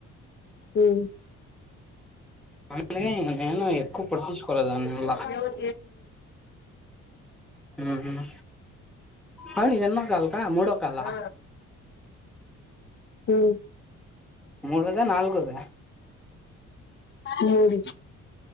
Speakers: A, on the left; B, in the centre.
A: ఉమ్
B: అందుకే నేను ఎక్కువ పట్టించుకోలేదు వాన్ని మల్లా
A: మూడు
B: ఉ మ్మ్ అవును ఇది ఎన్నో కాల్ మూడో కాలా
A: అ హ్మ్మ్
B: మూడోద నాలుగోధ
A: మూడు